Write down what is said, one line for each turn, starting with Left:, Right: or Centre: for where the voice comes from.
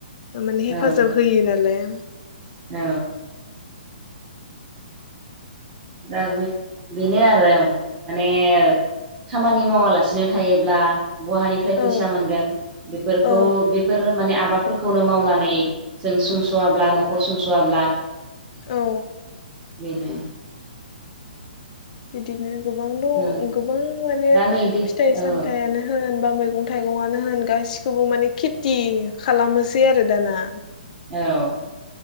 Left: माने हेफाजाब
Right: औ
Left: होयो नालाय।
Right: औ। दा बो बेनो आरो माने खामानि मावालासिनो थायोब्ला बहानिफ्राय फैसा
Left: औ
Right: मोनगोन बेफोरखौ
Left: औ
Right: बेफोर माने आबाद फोरखौनो मावनानै जों सुंस सुस'वाब्ला न'खर संस'वाब्ला
Left: औ
Right: बेनो
Left: बिदिनो गोबां दं
Right: उम
Left: गोबां माने
Right: दा नै दै
Left: फिथाइ
Right: औ
Left: सामथाइआनो होन बा मैगं थाइगंआनो होन गासि सब माने खेथि खालामोसै आरो दाना।
Right: औ।